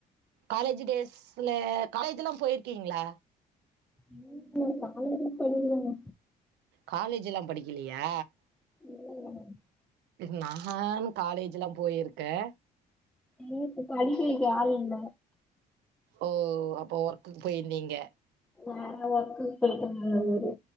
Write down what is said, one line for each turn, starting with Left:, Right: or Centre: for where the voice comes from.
Right: காலேஜி டேஸ்ல காலேஜ் லா போய்ருகீங்ளா
Centre: நேத்து காலேஜே படிக்கலைங்க
Right: காலேஜ் எல்லா படிக்கலயா
Centre: இல்லைங்க
Right: நான் காலேஜ் எல்லா போயிருகே
Centre: எங்க வீட்ல படிக்க வைக்க ஆளு இல்ல
Right: ஓ அப்போ ஒர்க்குக் போயிருதீங்க
Centre: வேற ஒர்கு போயிடு இருந்தாரு